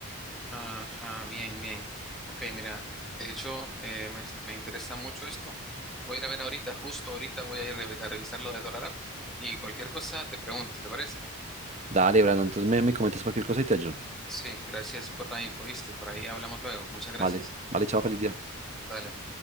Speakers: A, in the centre; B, on the right.
A: ajá, bien, bien. Ok, mira, de hecho, eh, me, me interesa mucho esto. Voy a ir a ver ahorita, justo ahorita voy a ir re- a revisar lo de Dollar App y cualquier cosa te pregunto, ¿te parece?
B: Dale, Brandon, entonces me, me comentas cualquier cosa y te ayudo.
A: Sí, gracias por la info, ¿viste? Por ahí hablamos luego. Muchas gracias.
B: Vale, vale, chao, feliz día.
A: Dale.